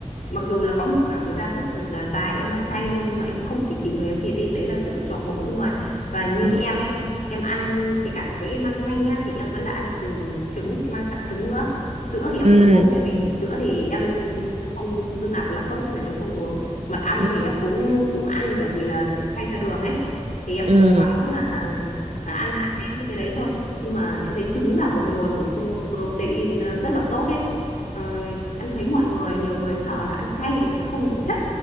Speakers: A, on the left; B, on the right.
A: mặc dù là có một khoảng thời gian rất là dài em ăn chay luôn nhưng mà em cũng không kỳ thị người ăn thịt ấy đấy là sự lựa chọn của mỗi người và như
B: ờ,
A: em ấy em ăn cái cả ngày đấy em ăn chay nhá thì em vẫn là ăn trừ trứng em ăn cả trứng nữa sữa thì em
B: ừm,
A: không uống tại vì hình sữa thì em không không dung nạp lactose nên em không uống mật ong
B: ừm,
A: thì em cũng cũng ăn bởi vì là để thay cho đường ấy thì em
B: ừm,
A: cố gắng là, <laughs> là ăn hạn chế những cái đấy thôi nhưng mà em thấy trứng là một nguồn bổ sung protein ờ, rất là tốt đấy ờ, em thấy mọi người nhiều người sợ là ăn chay thì sẽ không đủ chất